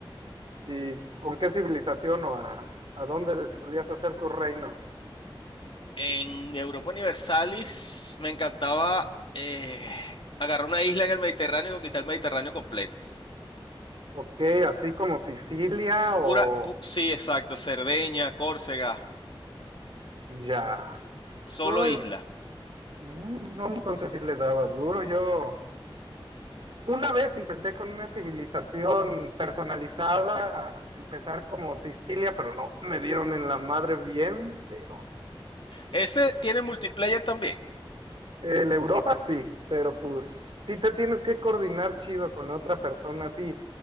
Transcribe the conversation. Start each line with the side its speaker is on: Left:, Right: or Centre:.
Right: ¿Y con qué civilización o a, a dónde des- solías hacer tus reinos?
Left: En Europa Universalis me encantaba eh, agarrar una isla en el Mediterráneo y conquistar el Mediterráneo completo.
Right: Ok, así como Sicilia o
Left: Pura, pu- sí, exacto. Cerdeña, Córcega,
Right: ya.
Left: solo
Right: No,
Left: isla.
Right: mm, no, entonces sí le dabas duro. Yo una vez intenté con una civilización personalizada empezar como Sicilia, pero no, me dieron en la madre bien feo.
Left: Ese tiene multiplayer también.
Right: El Europa sí, pero pues sí te tienes que coordinar chido con otra persona. Sí,